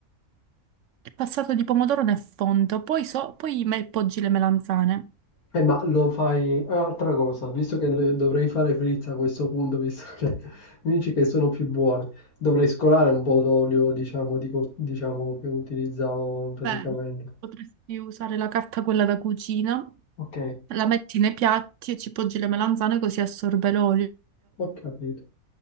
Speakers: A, on the right; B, on the left.
A: Il passato di pomodoro nel fondo, poi, so, poi me- poggi le melanzane.
B: Eh, ma lo fai... ah, Altra cosa, visto che le- dovrei fare frizza a questo punto, visto che <laughs> mi dici che sono più buone, dovrei scolare un po' d'olio, diciamo, di co- diciamo, che utilizzavo praticamente.
A: Beh, potresti usare la carta quella da cucina,
B: Ok,
A: la metti nei piatti e ci poggi le melanzane così assorbe l'olio,
B: ho capito.